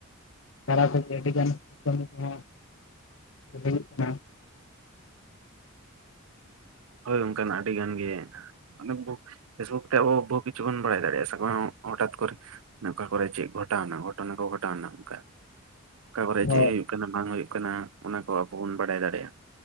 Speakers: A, on the left; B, on the right.
A: ᱛᱟᱞᱟ ᱛᱮᱜᱮ ᱟᱹᱰᱤᱜᱟᱱ ᱠᱟᱹᱢᱤ ᱠᱚᱦᱚᱸ ᱦᱩᱭᱩᱜ ᱠᱟᱱᱟ।
B: ᱦᱳᱭ ᱚᱱᱠᱟᱱᱟᱜ ᱟᱹᱰᱤ ᱜᱟᱱ ᱜᱮ᱾ ᱟᱞᱮ ᱵᱩ ᱯᱷᱮᱥᱵᱩᱠ ᱛᱮ ᱵᱚᱦᱩ ᱠᱤᱪᱷᱩ ᱜᱟᱱ ᱵᱟᱲᱟᱭ ᱫᱟᱲᱮᱭᱟᱜᱼᱟ ᱥᱮ ᱵᱟᱝ ᱦᱚᱴᱟᱛ ᱠᱚᱨᱮ᱾ ᱮ ᱚᱠᱟ ᱠᱚᱨᱮ ᱪᱮᱜ ᱜᱷᱚᱴᱟᱣᱱᱟ ᱜᱷᱚᱴᱚᱱᱟ ᱠᱚ ᱜᱷᱚᱴᱟᱣᱱᱟ ᱚᱱᱠᱟ᱾ ᱚᱠᱟ ᱠᱚᱨᱮ
A: ᱦᱚᱸ
B: ᱪᱮᱜ ᱦᱩᱭᱩᱜ ᱠᱟᱱᱟ ᱵᱟᱝ ᱦᱩᱭᱩᱜ ᱠᱟᱱᱟ ᱚᱱᱟ ᱠᱚ ᱟᱵᱚ ᱵᱚᱱ ᱵᱟᱱᱟᱭ ᱫᱟᱲᱮᱭᱟᱜ-ᱟ।